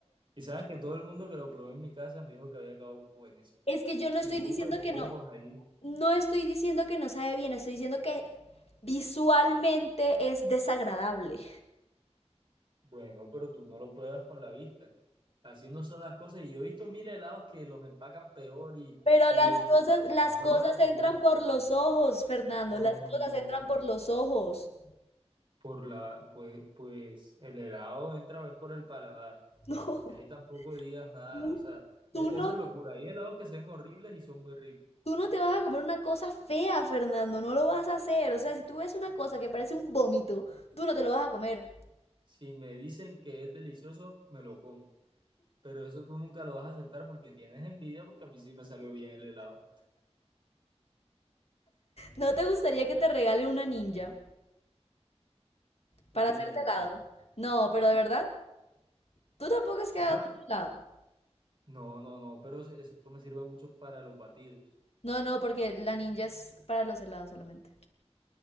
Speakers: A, on the right (about 45°); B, on the left (about 65°).
A: Y sabes que todo el mundo que lo probó en mi casa me dijo que había quedado buenísimo.
B: Es que yo no estoy
A: Y tú
B: diciendo
A: desde
B: que
A: lejos
B: no,
A: ahí.
B: no estoy diciendo que no sabe bien, estoy diciendo que visualmente es desagradable.
A: Bueno, pero tú no lo pruebas con la vista. Así no son las cosas. Y yo he visto mil helados que los empacan peor y,
B: Pero
A: y,
B: las cosas,
A: y
B: las
A: no
B: cosas
A: orden
B: entran
A: nada.
B: por los ojos, Fernando,
A: No,
B: las
A: no,
B: cosas
A: no.
B: entran por los ojos.
A: Por la, pues, pues el helado entra es por el paladar.
B: <laughs>
A: Y ahí tampoco digas nada.
B: No,
A: O sea,
B: tú
A: e-
B: tú no,
A: eso es locura. Hay helados que se ven horribles y son muy ricos.
B: tú no te vas a comer una cosa fea, Fernando, no lo vas a hacer. O sea, si tú ves una cosa que parece un vómito, tú no te lo vas a comer.
A: Si me dicen que es delicioso, me lo como. Pero eso tú nunca lo vas a aceptar porque tienes envidia, porque a mí sí me salió bien el helado.
B: ¿No te gustaría que te regalen una ninja? Para
A: Uy,
B: hacerte helado. No, pero de verdad, tú tampoco es que
A: una-
B: hagas mucho helado.
A: no, no, no, pero sí, eso me sirve mucho para los batidos.
B: No, no, porque la ninja es para los helados solamente.